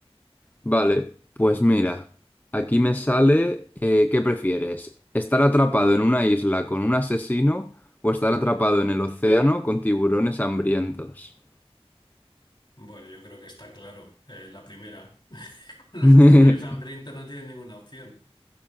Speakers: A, on the left; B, on the left.
A: Vale, pues mira, aquí me sale eh, ¿qué prefieres? ¿Estar atrapado en una isla con un asesino o estar atrapado en el océano con tiburones hambrientos?
B: Bueno, yo creo que está claro, eh, la primera. <laughs> Los
A: <laughs>
B: tiburones hambrientos no tienen ninguna opción.